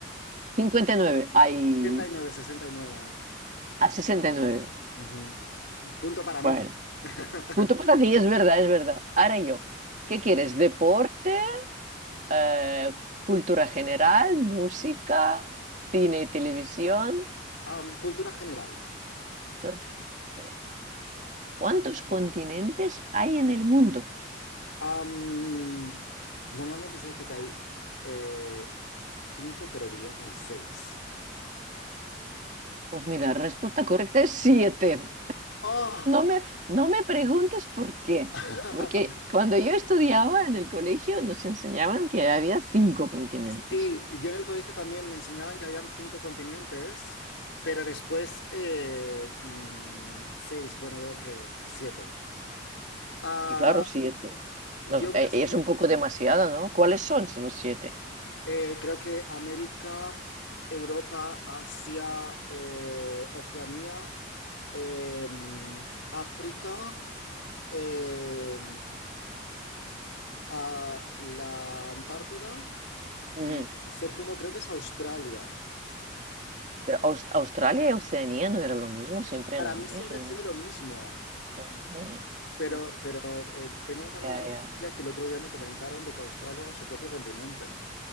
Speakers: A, on the right; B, on the left.
A: 59. Hay
B: Sesenta y nueve, sesenta y nueve.
A: a sesenta y nueve.
B: 1969. 69, 69. Ujú. Punto para mí.
A: Bueno,
B: <laughs>
A: Punto para ti, es verdad, es verdad. Ahora yo, ¿qué quieres? ¿Deporte? eh, ¿cultura general? ¿Música? ¿Cine y televisión?
B: Am, cultura general.
A: Todo Cultura general. Muy bien. ¿Cuántos continentes hay en el mundo?
B: Am, normalmente se dice que hay eh, cinco, pero diría que hay seis.
A: Pues mira, la respuesta correcta es siete.
B: ¡Oh!
A: No me, no me preguntes por qué,
B: <laughs>
A: porque cuando yo estudiaba en el colegio nos enseñaban que había cinco continentes.
B: Sí, yo en el colegio también me enseñaban que habían cinco continentes, pero después eh, mm, seis, bueno, veo que siete. Ah,
A: Y claro, siete.
B: yo
A: No,
B: voy
A: eh,
B: a saber,
A: es un poco demasiado, ¿no? ¿Cuáles son los siete?
B: eh, creo que América, Europa, Asia, eh, Oceanía, eh, África, eh, a la Antártida
A: Ujú.
B: y el séptimo creo que es Australia.
A: Pero Aus- Australia y Oceanía no era lo mismo, siempre
B: Para
A: era
B: mí
A: lo mismo,
B: siempre ha sido
A: ¿no?
B: lo mismo.
A: Ujú.
B: Pero,
A: Mm,
B: pero eh, tengo unos amigos
A: Ya,
B: de Australia
A: ya.
B: que el otro día me comentaron de que Australia era su propio continente.